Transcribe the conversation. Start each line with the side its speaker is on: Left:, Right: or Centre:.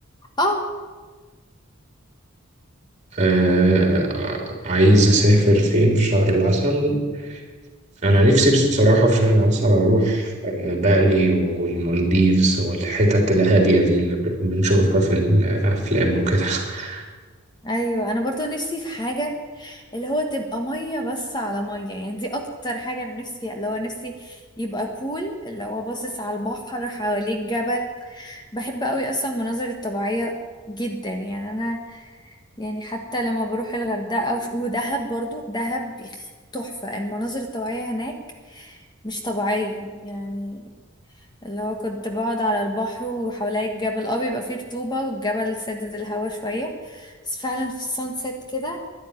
Left: اه
Right: آه، آه، عايز أسافر فين في شهر العسل؟ أنا نفسي بصراحة في شهر عسل أروح آه، بالي والمالديفز والحتت الهادية دي اللي ب- بنشوفها في الأفلام وكده <laughs>
Left: ايوه انا برضو نفسي في حاجه اللي هو تبقى ميه بس على ميه يعني دي اكتر حاجه انا نفسي فيها اللي هو نفسي يبقى بول اللي هو باصص على البحر حواليك جبل بحب قوي اصلا المناظر الطبيعيه جدا يعني انا يعني حتى لما بروح الغردقه وش- ودهب برضو دهب تحفه المناظر الطبيعيه هناك مش طبيعيه يعني اللي هو كنت بقعد على البحر وحواليا الجبل اه بيبقى فيه رطوبة والجبل سدد الهوا شوية بس فعلا في السانسيت كده